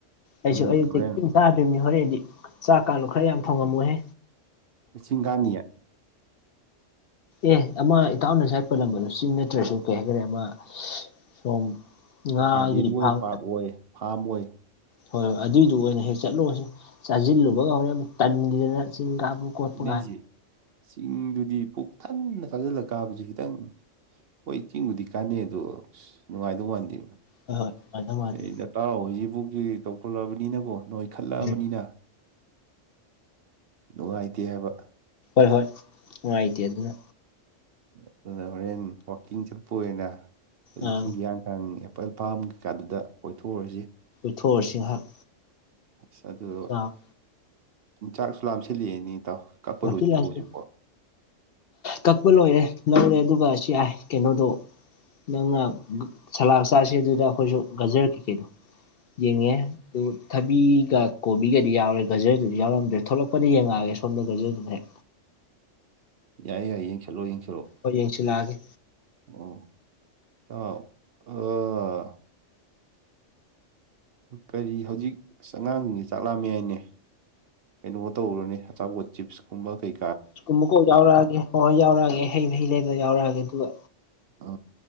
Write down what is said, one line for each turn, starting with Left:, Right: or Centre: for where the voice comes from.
Left: ꯑꯩꯁꯨ
Right: ꯎꯝ
Left: ꯑꯌꯨꯛꯇꯒꯤ
Right: ꯍꯣꯔꯦꯟ
Left: ꯀꯩꯝ ꯆꯥꯗ꯭ꯔꯤꯕꯅꯤ ꯍꯣꯔꯦꯟꯗꯤ ꯆꯥꯛꯀꯥꯗꯣ ꯈꯔ ꯌꯥꯝ ꯊꯣꯡꯉꯝꯃꯨꯍꯦ
Right: ꯆꯤꯡꯀꯥꯅꯤꯌꯦ
Left: ꯑꯦ ꯑꯃ ꯏꯇꯥꯎꯅꯉꯁꯥ ꯄꯜꯂꯝꯕꯗꯣ ꯆꯤꯡ ꯅꯠꯇ꯭ꯔꯁꯨ ꯀꯩ ꯍꯥꯏꯈꯔꯦ ꯑꯃ ꯁꯣꯝ ꯉꯥꯒꯤ
Right: ꯒꯥꯔꯗꯦꯟ ꯑꯣꯏ
Left: ꯐꯥꯝ
Right: ꯄꯥꯔꯛ ꯑꯣꯏ ꯐꯥꯝ ꯑꯣꯏ
Left: ꯍꯣꯏ ꯍꯣꯏ ꯑꯗꯨꯏꯗꯨ ꯑꯣꯏꯅ ꯍꯦꯛ ꯆꯠꯂꯨꯔꯁꯨ ꯆꯥꯁꯤꯜꯂꯨꯕꯒ ꯍꯣꯔꯦꯟ ꯇꯟꯗꯅ ꯆꯤꯡ ꯀꯥꯕ ꯈꯣꯠꯄꯒ
Right: ꯅꯦꯁꯦ ꯆꯤꯡꯗꯨꯗꯤ ꯄꯨꯛ ꯊꯟꯅ ꯆꯥꯖꯤꯜꯂ ꯀꯥꯕꯁꯨ ꯈꯤꯇꯪ ꯍꯣꯏ ꯆꯤꯡꯕꯨꯗꯤ ꯀꯥꯟꯅꯩ ꯑꯗꯣ ꯅꯨꯡꯉꯥꯏꯗꯧ ꯃꯥꯟꯗꯦ
Left: ꯍꯣꯏ ꯍꯣꯏ ꯃꯥꯅꯦ ꯃꯥꯅꯦ
Right: ꯑꯩꯅ ꯇꯥꯎꯍꯣꯏꯁꯤ ꯕꯨꯛꯒꯤ ꯇꯧꯈꯠꯂꯕꯅꯤꯅꯀꯣ ꯅꯣꯏꯈꯠꯂꯛꯑꯕꯅꯤꯅ
Left: ꯎꯝ
Right: ꯅꯨꯡꯉꯥꯏꯇꯦ ꯍꯥꯏꯕ
Left: ꯍꯣꯏ ꯅꯨꯡꯉꯥꯏꯇ ꯑꯗꯨꯅ
Right: ꯑꯗꯨꯗꯅ ꯍꯣꯔꯦꯟ ꯋꯥꯀꯤꯡ ꯆꯠꯄ ꯑꯣꯏꯅ ꯍꯧꯖꯤꯛꯀꯤ
Left: ꯑꯥ
Right: ꯍꯤꯌꯥꯡꯊꯥꯡ ꯐꯥꯝ ꯀꯩꯀꯥꯗꯨꯗ ꯀꯣꯏꯊꯣꯛꯎꯔꯁꯤ
Left: ꯊꯣꯛꯑꯨꯁꯤ ꯉꯥꯏꯍꯥꯛ
Right: ꯑꯁ ꯑꯗꯨ
Left: ꯉꯥꯏꯍꯥꯛ
Right: ꯆꯥꯛꯁꯨ ꯂꯥꯝꯁꯤꯜꯂꯛꯑꯦꯅꯦ ꯏꯇꯥꯎ ꯀꯛꯄ
Left: ꯂꯥꯝꯁꯤꯜ
Right: ꯂꯣꯏꯗ꯭ꯔꯤꯕꯣ
Left: ꯂꯥꯝꯁꯤꯜ
Right: ꯍꯧꯖꯤꯛꯄꯣ
Left: ꯀꯛꯄ ꯂꯣꯏꯔꯦ ꯂꯧꯔꯦ ꯑꯗꯨꯒ ꯁꯤ ꯌꯥꯏ ꯀꯩꯅꯣꯗꯣ ꯅꯪꯅ ꯁꯂꯥꯛ ꯆꯥꯁꯦ ꯗꯨꯗ ꯑꯩꯈꯣꯏꯁꯨ ꯒꯥꯖꯔ ꯀꯩꯀꯩꯗꯣ ꯌꯦꯡꯉꯦ ꯑꯗꯨ ꯊꯕꯤꯒ ꯀꯣꯕꯤꯒꯗꯤ ꯌꯥꯎꯔꯦ ꯒꯖꯔꯗꯨꯗꯤ ꯌꯥꯎꯔꯝꯗ꯭ꯔꯦ ꯊꯣꯛꯂꯛꯄꯗ ꯌꯦꯡꯉꯛꯑꯒꯦ ꯁꯣꯝꯗ ꯒꯖ꯭ꯔ ꯗꯨꯅꯅꯦ
Right: ꯌꯥꯏ ꯌꯥꯏ ꯌꯦꯡꯁꯜꯂꯣ ꯌꯦꯡꯁꯜꯂꯣ
Left: ꯍꯣꯏ ꯌꯦꯡꯁꯤꯜꯂꯛꯑꯒꯦ
Right: ꯑꯣ ꯑ ꯑ ꯀꯔꯤ ꯍꯧꯖꯤꯛ ꯑ ꯑꯉꯥꯡꯁꯤꯡꯁꯤ ꯆꯥꯛꯂꯥꯝ ꯃꯦ ꯍꯥꯏꯅꯦ ꯀꯩꯅꯣ ꯇꯧꯔꯨꯅꯦ ꯑꯆꯥꯄꯣꯠ ꯆꯤꯞꯁꯀꯨꯝꯕ ꯀꯩ
Left: ꯀꯨꯝ ꯃꯀꯣꯛ ꯌꯥꯎꯔꯛꯑꯒꯦ ꯍ ꯌꯥꯎꯔꯛꯑꯒꯦ ꯍꯩ ꯃꯍ ꯍꯩ ꯂꯩꯕ ꯌꯥꯎꯔꯑꯒꯦ ꯑꯗꯨꯒ
Right: ꯑ